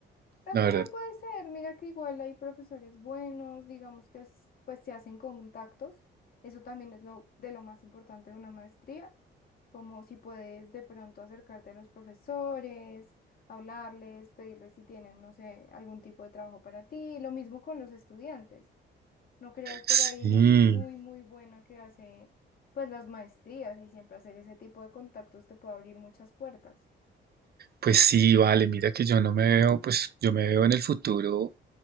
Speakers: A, on the left; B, on the right.
A: También
B: la verdad.
A: puede ser, mira que igual hay profesores buenos, digamos que es- pues se hacen contactos, eso también es lo de lo más importante de una maestría, como si puedes de pronto acercarte a los profesores, hablarles, pedirles si tienen, no sé, algún tipo de trabajo para ti, lo mismo con los estudiantes, no creas, pero
B: Sí,
A: hay gente muy, muy buena que hace pues las maestrías y siempre hacer ese tipo de contactos te puede abrir muchas puertas.
B: pues sí, vale, mira que yo no me veo, pues yo me veo en el futuro